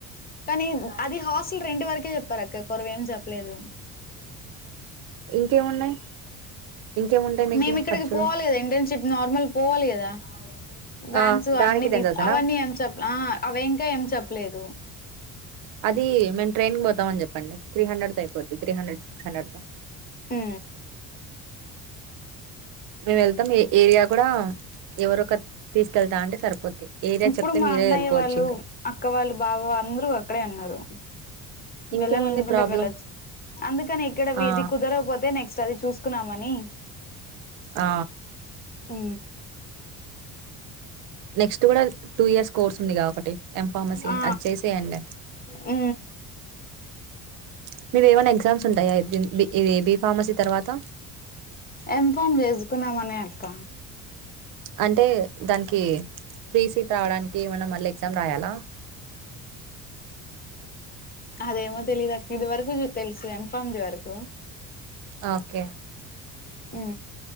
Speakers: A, on the left; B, on the right.
A: కానీ అది హాస్టల్ రెండు వరకే చెప్పారు అక్క కొరవ ఏం చెప్పలేదు
B: ఇంకేమున్నాయి ఇంకేముంటాయి మీకి
A: మేమి ఇక్కడికి
B: ఖర్చులు
A: పోవాలి కదా ఇంటర్నషిప్ నార్మల్ పోవాలి కదా బ్యాన్స్
B: ఆ దానికి
A: అన్ని
B: టెన్
A: తీసు
B: థౌసండ్
A: అవన్నీ
B: ఆ
A: ఏం చెప్ప అవి ఇంకా ఏం చెప్ప లేదు
B: అది మేము ట్రైన్ పోతామని చెప్పండి త్రీ హండ్రెడ్ తగ్గిపోద్ది త్రీ హండ్రెడ్ సిక్స్ హండ్రెడ్ తో
A: ఉ
B: మేము వెళ్తాం ఏ ఏరియా కూడా ఎవరుఒకరు తీసుకెళ్తా అంటే సరిపోద్ది ఏరియా
A: ఇప్పుడు
B: చెప్తే
A: మా
B: మీరే
A: అన్నయ్య
B: వెళ్ళిపోవచ్చు
A: వాళ్ళు
B: ఇంకా
A: అక్క వాళ్ళు బాబ వాళ్ళ అందరూ అక్కడే ఉన్నారు
B: ఇంకేముంది
A: వెళ్ళాలనుకుంటే
B: ప్రాబ్లం
A: వెళ్ళచ్చు అందుకని ఇక్కడ
B: ఆ
A: ఇది కుదరకపోతే నెక్స్ట్ అది చూసు కొనుకున్నామని
B: ఆ
A: ఉ
B: నెక్స్ట్ కూడా టూ ఇయర్స్ కోర్స్ ఉందిగా ఒకటి ఎం ఫార్మసీ
A: ఆ
B: అది చేసేయండి
A: ఉ
B: <unintelligible> మీవి ఏమన్నా ఎగ్జామ్స్ ఉంటాయా ఇ ఏ బి ఫార్మసీ తర్వాత
A: ఏం ఫం చేసుకున్నామని అక్క
B: అంటే దానికి ఫ్రీ సీట్ రావడానికి ఏమనా మళ్ళీ ఎగ్జామ్ రాయాలా
A: అదేమో తెలియదు అక్క ఇది వరకు తెలుసు ఎంఫమ్ ది వరకు
B: ఓకే
A: ఉ